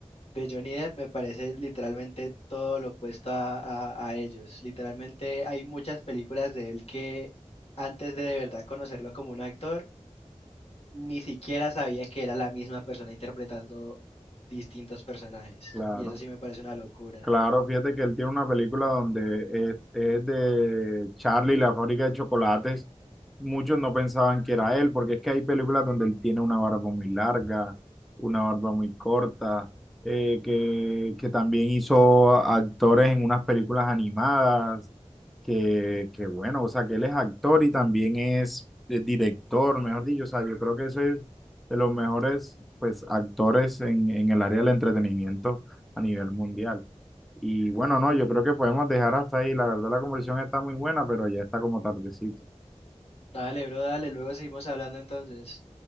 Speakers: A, on the left; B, in the centre.
A: de Johnny Depp, me parece literalmente todo lo opuesto a, a a ellos. Literalmente hay muchas películas de él que antes de de verdad conocerlo como un actor, ni siquiera sabía que era la misma persona interpretando distintos personajes.
B: Claro.
A: Y eso sí me parece una locura.
B: Claro, fíjate que él tiene una película donde es, es de Charlie, y la fábrica de chocolates. Muchos no pensaban que era él, porque es que hay películas donde él tiene una barba muy larga, una barba muy corta, eh, que, que también hizo actores en unas películas animadas, que, que bueno, o sea, que él es actor y también es, eh, director, mejor dicho, o sea, yo creo que ese es de los mejores pues, actores en, en el área del entretenimiento a nivel mundial. Y bueno, no, yo creo que podemos dejar hasta ahí. La verdad, la conversación está muy buena, pero ya está como tardecito.
A: Dale, bro, dale, luego seguimos hablando entonces.